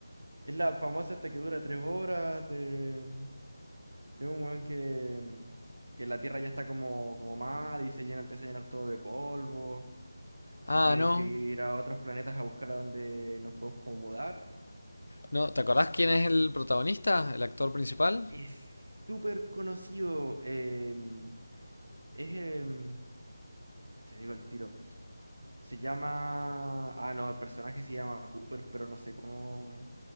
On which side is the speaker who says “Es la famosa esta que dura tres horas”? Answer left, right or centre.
Right